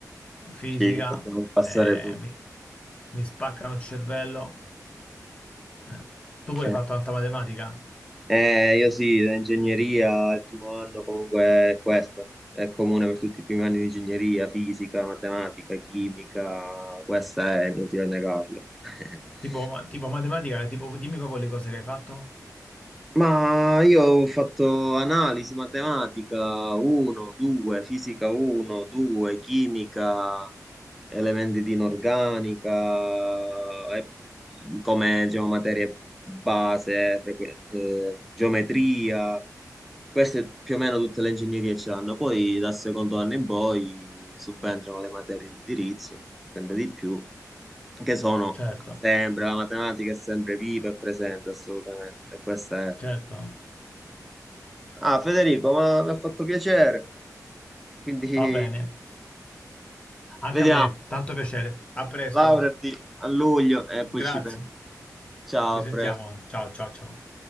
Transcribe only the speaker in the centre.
ci dobbiamo passare
tutti.
Eh.
Eh, io sì, ingegneria, il primo anno comunque è questo, è comune per tutti i primi anni di ingegneria, fisica, matematica, chimica, questa è inutile negarlo. <laughs>
Ma io ho fatto analisi, matematica 1, 2, fisica 1, 2, chimica, elementi di inorganica, e come diciamo, materie base, frequ- eh, geometria. Queste più o meno tutte le ingegnerie ce l'hanno, poi dal secondo anno in poi subentrano le materie di indirizzo, sempre di più, che sono
sempre, la matematica è sempre viva e presente assolutamente. E questa è...
Ah, Federico, ma mi ha fatto piacere, quindi
vediamo,
laureati a luglio e
poi ci penso. Ciao,
a
presto.